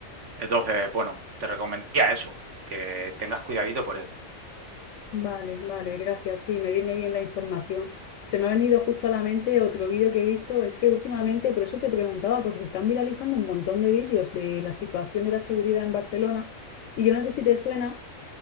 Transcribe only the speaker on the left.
Vale, vale, gracias. Sí, me viene bien la información. Se me ha venido justo a la mente otro vídeo que he visto. Es que últimamente, por eso te preguntaba, porque se están viralizando un montón de vídeos de la situación de la seguridad en Barcelona. Y yo no sé si te suena